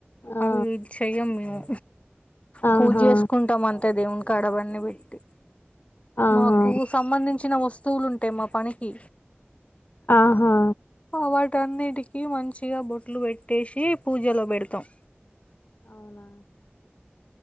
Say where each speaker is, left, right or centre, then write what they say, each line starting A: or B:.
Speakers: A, on the left; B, on the left.
A: ఆ
B: అవి ఇ చెయ్యం మేము
A: ఆహా
B: పూజ చేసుకుంటాం అంత టే దేవున్ కాడబన్ని పెట్టి
A: ఆహా
B: మాకు సంబంధించిన వస్తు వస్తువులు ఉంటాయి మా పనికి
A: ఆహా
B: వాటన్నిటికి మంచిగా బొట్లు పెట్టేసి పూజలో పెడతాం
A: అవునా